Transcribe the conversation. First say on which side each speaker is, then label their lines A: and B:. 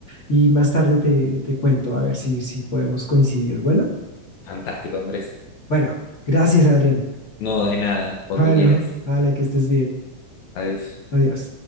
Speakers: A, on the left; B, on the left.
A: y más tarde te, te cuento a ver si, si podemos coincidir. Bueno,
B: Fantástico, Andrés.
A: bueno, gracias, Adrián. <laughs>
B: No, de nada, cuando
A: Bueno,
B: quieras.
A: vale, que estés bien.
B: Adiós.
A: Adiós.